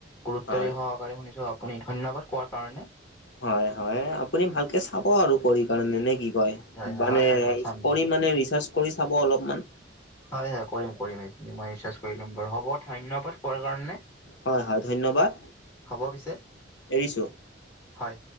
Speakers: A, on the left; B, on the left.
A: গুৰুত্বৰে
B: হয়
A: সহকাৰে শুনিছো, আপুনি ধন্যবাদ কোৱাৰ কাৰণে।
B: হয় হয়। আপুনি ভালকে চাব আৰু কৰি কাৰণে নে কি? হয়,
A: হয়
B: মানে
A: হয় হয় মই চাম দিয়ক
B: কৰি মানে ৰিচাৰ্চ কৰি চাব অলপমান।
A: হয় হয় কৰিম কৰিমে। মই ৰিচাৰ্চ কৰি ল'ম বাৰু হ'ব, ধন্যবাদ কোৱাৰ কাৰণে।
B: হয় হয়। ধন্যবাদ
A: হ'ব পিছে
B: এৰিছো।
A: হয়।